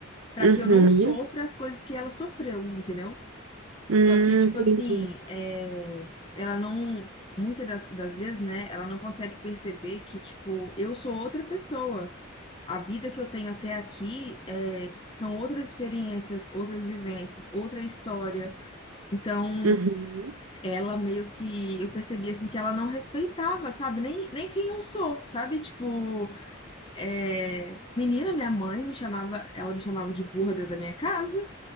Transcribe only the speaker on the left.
para
que eu não sofra as coisas que ela sofreu, entendeu?
Só que, tipo
assim, é, ela não. Muitas das, das vezes, né, ela não consegue perceber que, tipo, eu sou outra pessoa. A vida que eu tenho até aqui é, são outras experiências, outras vivências, outra história. Então,
ela meio que. Eu percebi, assim, que ela não respeitava, sabe? Nem, nem quem eu sou, sabe? Tipo, é, menina, minha mãe me chamava. Ela me chamava de burra dentro da minha casa.